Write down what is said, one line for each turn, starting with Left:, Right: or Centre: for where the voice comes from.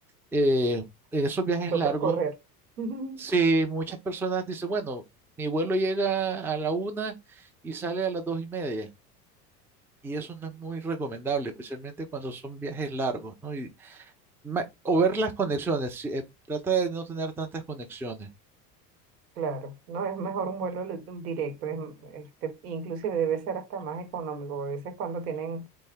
Centre: eh, en esos viajes
Right: toca
Centre: largos,
Right: correr. <laughs> Ujú,
Centre: si muchas personas dicen, bueno, mi vuelo llega a la una y sale a las dos y media, y eso no es muy recomendable, especialmente cuando son viajes largos, ¿no? Y, ma- o ver las conexiones, si- eh, trata de no tener tantas conexiones.
Right: Claro, no, es mejor un vuelo li- directo, es, este, inclusive debe ser hasta más económico, a veces cuando tienen